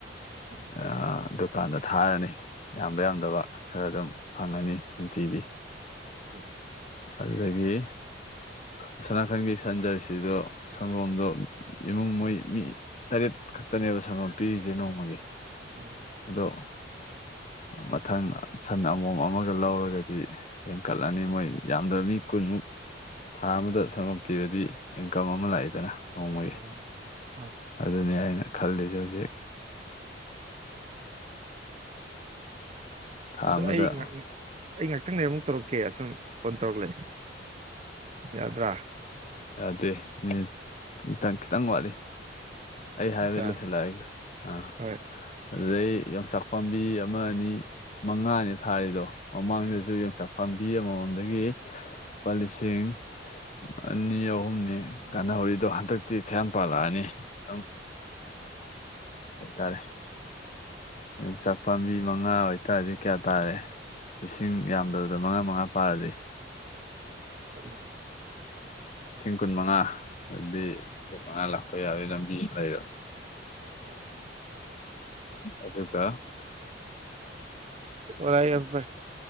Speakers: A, on the right (about 35°); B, on the left (about 40°).
A: ꯎꯝ꯫
B: ꯑꯥ ꯗꯨꯀꯥꯟꯗ ꯊꯥꯔꯅꯤ ꯌꯥꯝꯕ ꯌꯥꯝꯗꯕ ꯈꯔ ꯑꯗꯨꯝ ꯐꯪꯉꯅꯤ ꯅꯨꯡꯇꯤꯒꯤ꯫
A: <unintelligible>
B: ꯑꯗꯨꯗꯒꯤ ꯑꯁꫭꯟꯅꯀꯟꯒꯤ ꯁꯟꯖꯔꯁꯤꯗꯣ ꯁꯪꯒꯣꯝꯗꯣ ꯏꯃꯨꯡ ꯃꯣꯏ ꯃꯤ ꯇꯔꯦꯠ ꯈꯛꯇꯅꯦꯕ ꯁꯪꯒꯣꯝ ꯄꯤꯔꯤꯁꯦ ꯅꯣꯡꯃꯒꯤ
A: ꯎꯝ
B: ꯑꯗꯣ ꯃꯊꯪ ꯁꯟ ꯑꯃꯣꯝ ꯑꯃꯒ ꯂꯧꯔꯒꯗꯤ ꯍꯦꯟ ꯀꯠꯂꯅꯤ ꯃꯣꯏ ꯌꯥꯝꯗ꯭ꯔꯕꯤ ꯃꯤ ꯀꯨꯟꯃꯨꯛ ꯊꯥ ꯑꯃꯗ ꯁꯪꯒꫭꯝ ꯄꯤꯔꯗꯤ ꯏꯟꯀꯝ ꯑꯃ ꯂꯥꯛꯏꯗꯅ ꯅꯣꯡꯃꯒꯤ
A: ꯎꯝ ꯑꯥ
B: ꯑꯗꯨꯅꯤ ꯑꯩꯅ ꯈꯜꯂꯤꯁꯦ ꯍꯧꯖꯤꯛ ꯊꯥ
A: ꯑꯗꯣ
B: ꯑꯃꯗ
A: ꯑꯩ ꯑꯩ ꯉꯍꯥꯛꯇꯪꯂꯩꯔ ꯑꯃꯨꯛ ꯇꯧꯔꯛꯀꯦ ꯑꯁꯨꯝ ꯐꯣꯟ ꯇꯧꯔꯛꯂꯦ ꯌꯥꯗ꯭ꯔꯥ
B: ꯌꯥꯗꯦ ꯃꯤꯅꯠ ꯈꯤꯇꯪ ꯋꯥꯠꯂꯤ ꯑꯩ ꯍꯥꯏꯕ
A: ꯌꯥ
B: ꯂꯣꯏꯁꯤꯜꯂꯛꯑꯒꯦ ꯑꯥ
A: ꯍꯣꯏ
B: ꯑꯗꯨꯗꯩ ꯌꯣꯡꯆꯥꯛ ꯄꯥꯝꯕꯤ ꯑꯃ ꯑꯅꯤ ꯃꯉꯥꯅꯤ ꯊꯥꯔꯤꯗꯣ ꯃꯃꯥꯡꯗꯁꯨ
A: ꯎꯝ
B: ꯌꯣꯡꯆꯥꯛ ꯄꯥꯝꯕꯤ ꯑꯃꯃꯝꯗꯒꯤ ꯂꯨꯄꯥ ꯂꯤꯁꯤꯡ ꯑꯅꯤ ꯑꯍꯨꯝꯅꯤ ꯀꯥꯟꯅꯍꯧꯔꯤꯗꯣ ꯍꯟꯗꯛꯇꯤ ꯈꯌꯥꯝ ꯄꯥꯜꯂꯛꯑꯅꯤ ꯑꯗꯨꯝ ꯍ‌ꯦꯛꯇꯥꯔꯦ ꯌꫭꯡꯆꯥꯛ ꯄꯥꯝꯕꯤ ꯃꯉꯥ ꯑꯣꯏꯇꯥꯔꯗꯤ ꯀꯌꯥ ꯇꯥꯔꯦ ꯂꯤꯁꯤꯡ ꯌꯥꯝꯗꯕꯗ ꯃꯉꯥ ꯃꯉꯥ ꯄꯥꯔꯗꯤ
A: <unintelligible>
B: ꯂꯤꯁꯤꯡ ꯀꯨꯟꯃꯉꯥ ꯑꯗꯨꯗꯤ ꯂꯤꯁꯤꯡ ꯀꯨꯟ ꯃꯉꯥ ꯂꯥꯛꯄ ꯌꯥꯕꯩ ꯂꯝꯕꯤ ꯑꯝ ꯂꯩꯔꯝꯅꯤ
A: <unintelligible>
B: ꯑꯗꯨꯒ
A: ꯑꫭ ꯂꯥꯏꯌꯥꯝꯄꯩ